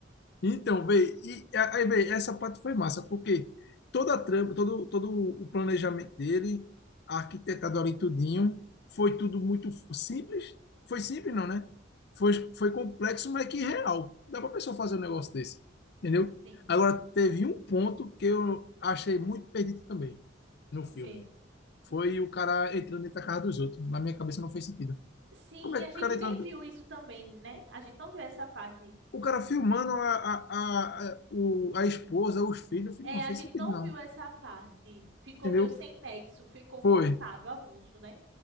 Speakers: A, on the left (about 60°); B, on the right (about 80°).
A: Então, véi, e aí, véi, essa parte foi massa, porque toda a trama, todo, todo o planejamento dele, arquitetado ali tudinho, foi tudo muito simples. Foi simples, não, né? Foi, foi complexo, mas que real. Dá pra pessoa fazer um negócio desse, entendeu?
B: Sim.
A: Agora, teve um ponto que eu achei muito perdido também no
B: Ok.
A: filme. Foi o cara entrando dentro da casa dos outros. Na minha cabeça não fez sentido.
B: Sim,
A: Como
B: e
A: é
B: a
A: que
B: gente
A: o cara
B: nem
A: entra
B: viu isso também, né? A gente não viu essa parte.
A: O cara filmando a, a, a, a, o- a esposa, os filhos, eu falei,
B: É,
A: não
B: a
A: fez
B: gente
A: sentido,
B: não
A: não.
B: viu essa parte. Ficou
A: Entendeu?
B: meio sem nexo, ficou
A: Foi,
B: cortado, avulso, né?